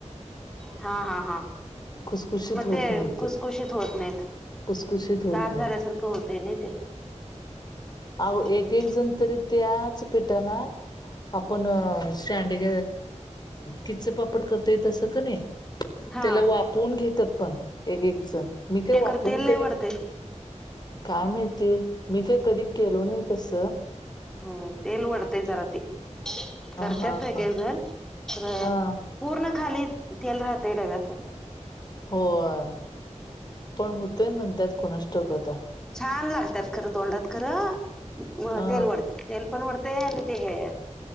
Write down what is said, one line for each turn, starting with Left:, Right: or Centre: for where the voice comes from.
Centre: हा हा हा.
Left: खुसखुशीत
Centre: मग
Left: होत
Centre: ते
Left: नाही
Centre: खुसखुशीत होत नाहीत.
Left: खुसखुशीत होत
Centre: गार
Left: नाही
Centre: झाल्यासारखं होतय नाही ते.
Left: अह
Centre: हम्म
Left: एक एक जण तरी त्याच पिठाला आपण सांडग किच्च पापड करताय तसं कणी
Centre: हा
Left: त्याला वाफवून घेतात पण एक एक जण मी काय
Centre: ते
Left: वाफवून
Centre: खर तेल लय
Left: कधी
Centre: वढतय
Left: काय माहिती, मी काय कधी केलो नाही तस.
Centre: हो. तेल वढतंय जरा ते. करतत
Left: हा
Centre: एक
Left: हा
Centre: एक जण खर
Left: हा
Centre: पूर्ण खाली तेल राहते डव्यात.
Left: होय, पण होतेय म्हणतात कोणास ठाऊक आता.
Centre: छान लागतात खरं तोंडात, खरं
Left: हा
Centre: तेल वढते. तेल पण वरतंय आणि ते हे,